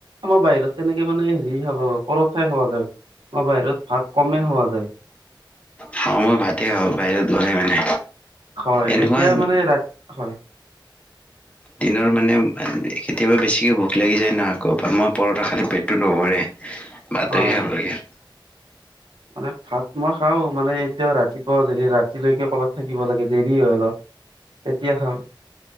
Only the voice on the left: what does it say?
খাওঁ মই ভাতে খাওঁ বাহিৰত মানে
এনেকুৱা
যে
দিনৰ মানে কেতিয়াবা, বেছিকৈ ভোক লাগি যায় ন আকৌ মই পৰঠা খালে পেটটো নভৰে। ভাতেই
খাব লাগে।